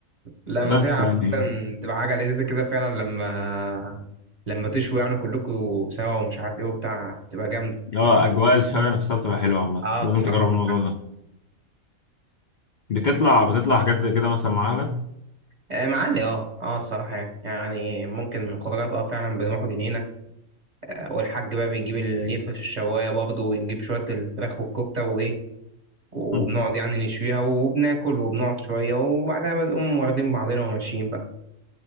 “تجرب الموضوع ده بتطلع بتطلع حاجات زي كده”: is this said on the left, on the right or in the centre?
Left